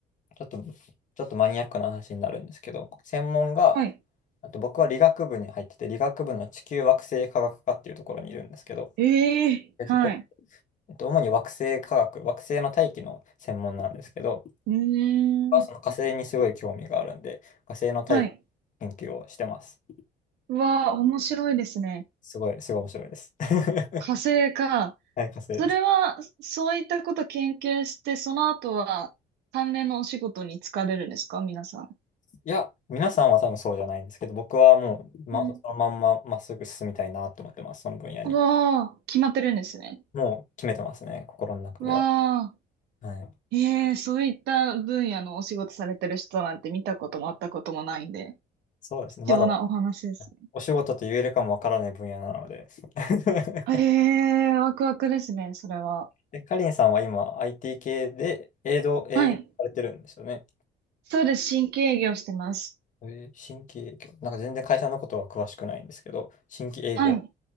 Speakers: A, on the left; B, on the right.
A: ちょっと、ちょっとマニアックな話になるんですけど、専門が、
B: はい。
A: あと僕は理学部に入ってて、理学部の地球惑星科学科っていうところにいるんですけど、
B: ええはい。
A: でそこ、えっと、主に惑星科学、惑星の大気の専門なんですけど、
B: うーん。
A: 僕はその火星にすごい興味があるんで、火星の大気研究をしてます。
B: はい。うわあ、面白いですね。
A: すごい、すごい面白いです。<laughs>
B: 火星か。
A: はい、火星です。
B: それは、そういったこと研究して、その後は、関連のお仕事に就かれるんですか皆さん。
A: いや、皆さんは多分そうじゃないんですけど、僕はもう、ま、
B: うん
A: そのまんままっすぐ進みたいなと思ってます、その分野に。
B: うわあ、決まってるんですね。
A: もう決めてますね、心の中では。
B: うわあ、
A: はい。
B: ええそういった分野のお仕事されてる人なんて見たこともあったこともないんで、
A: そうですね。
B: 貴重なお話です。
A: まだお仕事と言えるかもわからない分野なので。<laughs>
B: ええーワクワクですね、それは。
A: え、かりんさんは今 IT 系で営業、営業されてるんですよね。
B: はい。そうです、新規営業してます。
A: えー新規営業。なんか全然会社のことは詳しくないんですけど、新規営業
B: はい。